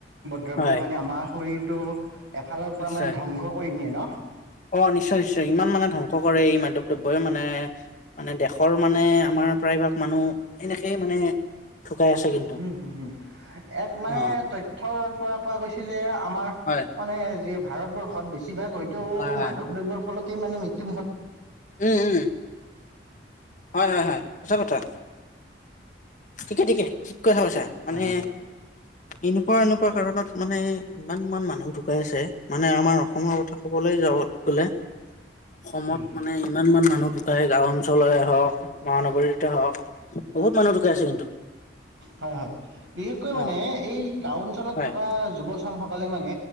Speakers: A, on the right; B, on the left.
A: দ্ৰব্যই
B: হয়
A: মানে আমাৰ শৰীৰটো এফালৰ পৰা
B: নিশ্চয়
A: মানে ধ্বংস ধ্বংস কৰি নিয়ে ন।
B: অ নিশ্চয় নিশ্চয় ইমান মানে ধ্বংস কৰে এই মাদকদ্ৰব্যই মানে। মানে দেশৰ মানে আমাৰ প্ৰায়ভাগ মানুহ এনেকেই মানে ঢুকাই আছে কিন্তু।
A: উম হুম হুম এক মানে
B: অ
A: তথ্যৰ পৰা পোৱা গৈছে যে আমাৰ
B: হয়।
A: মানে যে ভাৰতবৰ্ষত, বেছিভাগ হয়তো
B: হয় হয়
A: মাদক দ্ৰৱ্যৰ ফলতেই মানে মৃত্যুমুখত
B: উম উম হয় হয় হয় সচা কথা। ঠিকে ঠিকে ঠিক কথা কৈছা মানে
A: থাকে
B: এনেকুৱা এনেকুৱা কাৰণত মানে ইমান মান মানুহ ঢুকাই আছে মানে আমাৰ অসমৰ কথা কবলৈ যাওঁ গলে। অসমত,
A: উম
B: মানে। ইমান মান মানুহ ঢুকাই গাওঁ, অঞ্চলৰে হওক মহানগৰীতে, হওক বহুত মানুহ ঢুক কাই আছে কিন্তু
A: হয় হয় বিশেষকৈ মানে
B: অ
A: এই গাওঁ অঞ্চলত
B: হয়
A: থকা যুৱ চাম সকলে মানে।